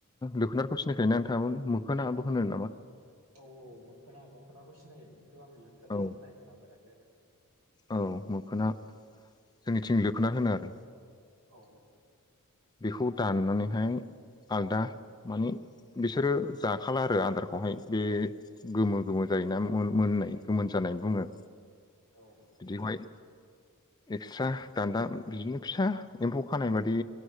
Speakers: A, on the left; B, on the right.
A: लोखोनारखौ सिनायखायो ना नोंथाङाबो? खोनाबो <unintelligible>
B: औ औ मोखोना मोखोनाखौ सिनायो खिन्थु आं लोखोनार
A: औ
B: होननाय खोनाफेराखै आरो
A: औ मोखोना जोंनिथिं लोखोनार होनो आरो।
B: औ औ।
A: बेखौ दाननानैहाय आलदा माने बिसोरो जाखाला आरो आदारखौहाय बे गोमो गोमो जायोना मोननाय गोमोन जानाय बुङो।
B: औ।
A: बिदिवहाय एक्सट्रा दान्दा बिदिनो फिसा एम्फौ खानाय बादि